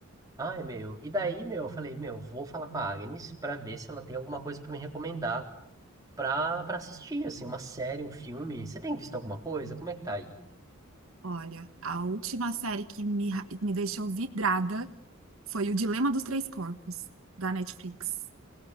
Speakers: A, on the right (about 15°); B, on the right (about 75°).
A: ai, meu, e daí, meu, eu falei, meu, vou falar com a Agnes pra ver se ela tem alguma coisa pra me recomendar pra, pra assistir, assim, uma série, um filme. Você tem visto alguma coisa? Como é que tá aí?
B: Olha, a última série que me, ra- me deixou vidrada foi O Dilema dos Três Corpos, da Netflix.